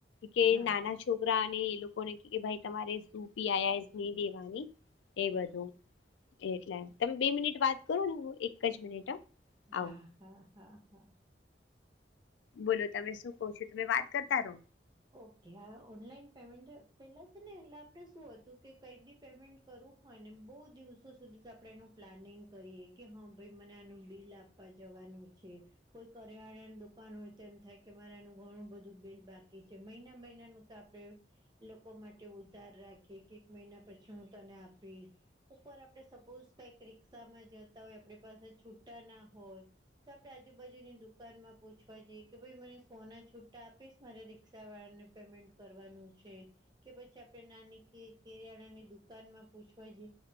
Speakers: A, on the left; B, on the right.
A: કે
B: હા
A: નાના છોકરા અને એ લોકો લોકોને ભ તમારે શું પી નહી દેવાની, એ બધું. એટલે તમે બે મિનિટ વાત કરો ને, હ એક જ મિનિટ.
B: હા,
A: આવું
B: હા, હા, હા.
A: બોલો તમે શું કહો છો? તમે વાત કરતા રહો.
B: ઓકે, આ ઓનલાઈન પેમેન્ટ પેલા છે ને, એટલે આપણે શું હતું કે, કઈ બી પેમેન્ટ કરવું હોય ને, બહુ દિવસો સુધી તો આપણે એનું પ્લાનિંગ કરીએ કે, હા ભાઈ મને આનું બિલ આપ. જવાનું, છે કોઈ કરિયાણા દુકાન હોય, તો એમ થાય કે, મારેનું ઘણું બધું બિલ બાકી. છે, મહિના મહિનાનું તો આપડે લોકો માટે ઉધાર રાખી કે, એક મહિના પછી હું તને આપીશ. એક વાર આપણે સપોઝ કઈક રિક્ષામાં જતા હોય, આપણી પાસે છૂટા ના હોય. તો આપણેે આજુબાજુની દુકાન માં પૂછવા જઈએ કે, ભાઈ મને સોના છુટ્ટા આપીશ મારે રિક્ષવાળાને પેમેન્ટ કરવાનું છે. કે પછી આપણે નાની કેરિયાણા ની દુકાનમાં પૂછવા જઈએ.